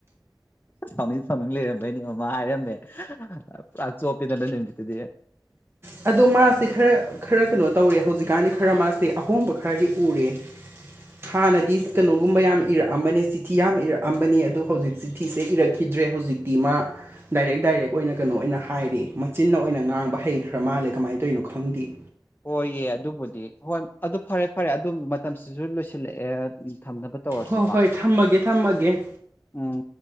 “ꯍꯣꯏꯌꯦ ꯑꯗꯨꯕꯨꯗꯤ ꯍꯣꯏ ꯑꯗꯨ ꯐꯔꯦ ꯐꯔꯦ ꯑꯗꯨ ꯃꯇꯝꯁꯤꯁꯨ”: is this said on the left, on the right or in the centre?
Left